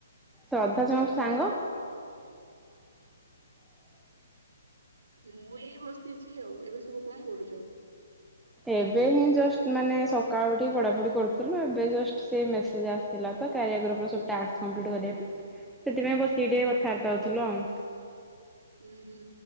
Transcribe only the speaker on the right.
ମୁଁ ଏଇ ବସିଚି ଆଉ ଏବେ ସବୁ କଣ କରୁଚ?
ହୁଁ ହୁଁ